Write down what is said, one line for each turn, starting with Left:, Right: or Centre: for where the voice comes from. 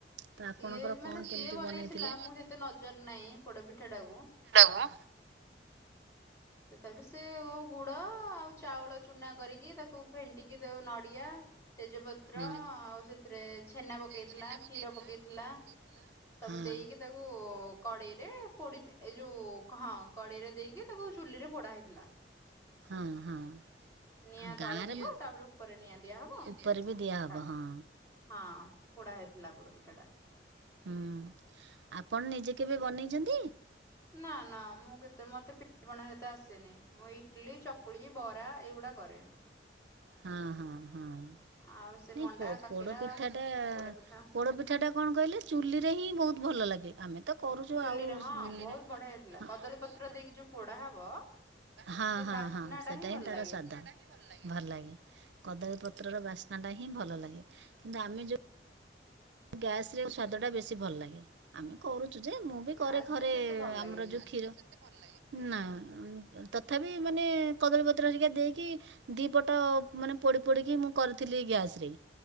Right: ତ
Left: ସିଏ
Right: ଆପଣଙ୍କର
Left: ମାନେ
Right: କଣ
Left: ସିଏ
Right: କେମିତି
Left: ବନେଇଥିଲା
Right: ବନେଇଥିଲେ?
Left: ମୁଁ ସେତେ ନଜର ନାଇଁ ପୋଡପିଠା ଟାକୁ।
Right: ହୁଁ।
Left: ତଥାପି ସେ ଓ ଗୁଡ, ଆଉ ଚାଉଳ ଚୁନା କରିକି ତାକୁ ଫେଣ୍ଟିକି ଦଉ ନଡିଆ ତେଜପତ୍ର,
Right: ହଁ
Left: ଆଉ ସେଥିରେ ଛେନା ପକେଇଥିଲା,
Right: ଛେନା
Left: କ୍ଷୀର ପକେଇଥିଲା।
Right: କ୍ଷୀର ପକେଇଥିଲା।
Left: ସବୁ
Right: ହଁ
Left: ଦେଇକି ତାକୁ କଡେଇରେ ପୋଡି ଦେ, ଏଇ ଯୋଉ କ- ହଁ କଡେଇରେ ଦେଇକି ତାକୁ ଚୁଲି ରେ ପୋଡା ହେଇଥିଲା।
Right: ହଁ, ହଁ।
Left: ନିଆଁ
Right: ଆଉ
Left: ତଳେ
Right: ଗାଁରେ
Left: ଥିବ ତାପରେ ଉପରେ ନିଆଁ ଦିଆହବ।
Right: ଉପରେ
Left: ତା
Right: ବି ଦିଆହବ ହଁ
Left: ହଁ ପୋଡା ହେଇଥିଲା ପୋଡ ପିଠାଟା।
Right: ହୁଁ ଆପଣ ନିଜେ କେବେ ବନେଇଛନ୍ତି?
Left: ନା ନା ମୁଁ କେତେ ମତେ ପି ଠା ପଣା ଏତେ ଆସେନି। ମୁଁ ଇଟିଲି, ଚକୁଳି, ବରା ଏଇଗୁଡା କରେ।
Right: ହଁ ହଁ ହଁ ନାଇଁ
Left: ଆଉ ସେ ମଣ୍ଡା
Right: ପୋ
Left: କାକେରା
Right: ପୋଡ଼ ପିଠାଟା-ଆ-ଆ
Left: ପୋଡ ପିଠା
Right: ପୋଡ଼ ପିଠାଟା କଣ କହିଲେ ଚୁଲିରେ ହିଁ ବହୁତୁ ଭଲ ଲାଗେ ଆମେ। ତ କରୁଛୁ
Left: ଚୁଲିରେ
Right: ଆଉ
Left: ହଁ
Right: ବହୁତ
Left: ବହୁତୁ ବଢିଆ ହେଇଥିଲା। କଦଳୀ ପତ୍ର ଦେଇକି ଯୋଉ ପୋଡା ହବ।
Right: ହଁ
Left: ସେ
Right: ହଁ
Left: ବାସ୍ନା
Right: ହଁ ସେଟା
Left: ଟା ଭଲ
Right: ହିଁ ତାର
Left: ଲାଗେ
Right: ସ୍ୱାଦା। ଭଲ ଲାଗେ, କଦଳୀ ପତ୍ରର ବାସ୍ନା ଟା ହିଁ ଭଲ ଲାଗେ। କିନ୍ତୁ ଆମେ ଯୋଉ ଗ୍ୟାସ ରେ ସ୍ୱାଦ ଟା ବେଶୀ ଭଲ ଲାଗେ। ଆମେ କରୁଛୁ ଯେ ମୁଁ ବି
Left: ଗ୍ୟାସ
Right: କରେ ଘରେ-ଏ-ଏ
Left: ରେ ସେତେ ଭଲ
Right: ଆମର
Left: ଲାଗେନି
Right: ଯୋଉ କ୍ଷୀର ନା। ତଥାପି ମାନେ କଦଳୀପତ୍ର ହେରିକା ଦେଇକି ଦି ପଟ ମାନେ ପୋଡି ପୋଡିକି ମୁଁ କରିଥିଲି ଗ୍ୟାସ ରେ।